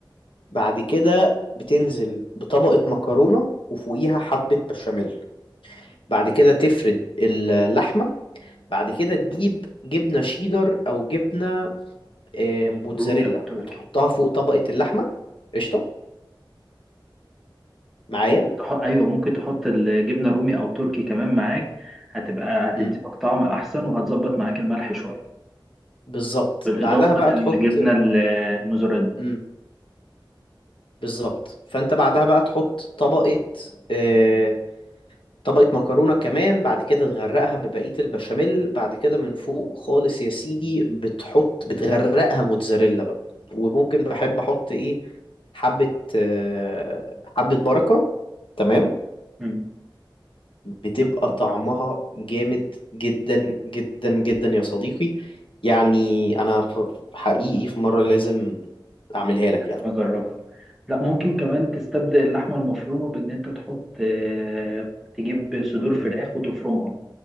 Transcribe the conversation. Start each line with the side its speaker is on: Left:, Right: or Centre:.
Left: بعد كده بتنزل بطبقة مكرونة وفوقيها حبة بشاميل بعد كده تفرد اللحمة بعد كده تجيب جبنة شيدر أو جبنة آه، موتزاريلا
Centre: رومي او تركي
Left: وتحطها فوق طبقة اللحمة قشطة معايا
Centre: ممكن تحط ايوه ممكن تحط الجبنه رومي او تركي كمان معاك هتبقى هتديلك
Left: مم.
Centre: طعم احسن وهتظبط معاك الملح شويه
Left: بالظبط
Centre: بالاضافه
Left: بعدها بقى
Centre: للجبنه
Left: تحط
Centre: الموزاريلا
Left: مم. بالظبط فأنت بعدها بقى تحط طبقة آه، طبقة مكرونة كمان بعد كده تغرقها ببقية البشاميل بعد كده من فوق خالص يا سيدي بتحط بتغرقها موتزاريلا بقى وممكن بحب احط ايه حبة آه، حبة بركة تمام
Centre: مم.
Left: بتبقى
Centre: هتكون
Left: طعمها
Centre: احسن
Left: جامد جدا جدا جدا يا صديقي يعني انا ف- حقيقي في مرة لازم اعملها لك
Centre: لازم
Left: يعني
Centre: اجربها لا ممكن كمان تستبدل اللحمه المفرومه بان انت تحط آه، تجيب صدور
Left: مم.
Centre: فراخ وتفرمهم